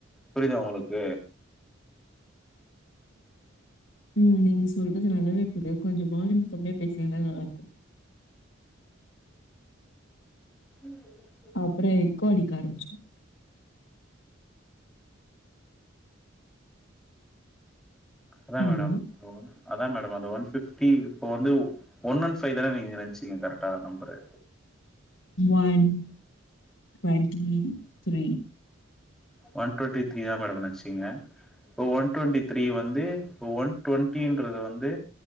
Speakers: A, in the centre; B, on the left.
A: புரியுதா உங்குளுக்கு?
B: ம் நீங்க சொல்றது நல்லாவே புரியு கொஞ்சோ வால்யூம் கம்மியா பேசிங்கனா நல்லாருக்கும்.
A: இந்த மாதிரி
B: அப்றோ எக்கோ அடிக்க ஆரம்பிச்சுரு.
A: அதா
B: ஹலோ,
A: மேடம் அ ஒன் அதா மேடம் அந்த ஒன் ஃபிஃப்டி இப்ப வந்து ஒன் ஒன் ஃபைவ் தான நீங்க நெனைச்சீங்க கரெக்ட்டா number.
B: One twenty three.
A: One twenty three ஏ மேடம் நெனைச்சிங்க. இப்ப ஒன் டொன்ட்டி த்ரீய வந்து இப்ப ஒன் டொன்ட்டின்றது வந்து